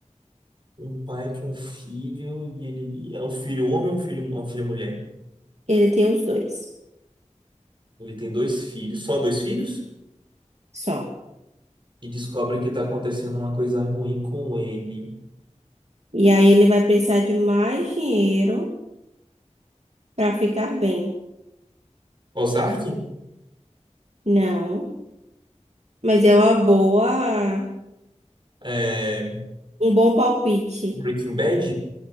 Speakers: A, on the right; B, on the right.
A: Um pai com um filho e ele é um filho homem ou um filho, uma filha mulher?
B: ele tem os dois
A: Ele tem dois filhos, só dois filhos?
B: só.
A: E descobre que tá acontecendo uma coisa ruim com ele.
B: E aí ele vai precisar de mais dinheiro para ficar bem.
A: Ozark?
B: Não, mas é uma boa,
A: É,
B: um bom palpite,
A: Breaking Bad?